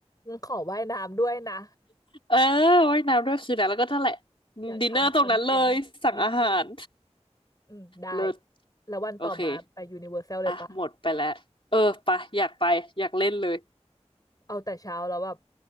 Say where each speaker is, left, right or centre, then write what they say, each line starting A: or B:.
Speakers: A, on the left; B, on the left.
A: งั้นขอว่ายน้ำด้วยนะ
B: เออว่ายน้ำด้วยคืนนั้นแล้วก็นั่นแหละ
A: <laughs> อยากทำคอนเทนต์นิดนึง
B: ดินเนอร์ตรงนั้นเลยสั่งอาหาร
A: อืมได้
B: เลิศ
A: แล้ววันต่อมาไปยูนิเวอร์แซลเลยปะ
B: โอเคอ่ะหมดไปแล้วเออไปะอยากไปอยากเล่นเลย
A: เอาแต่เช้าแล้วแบบ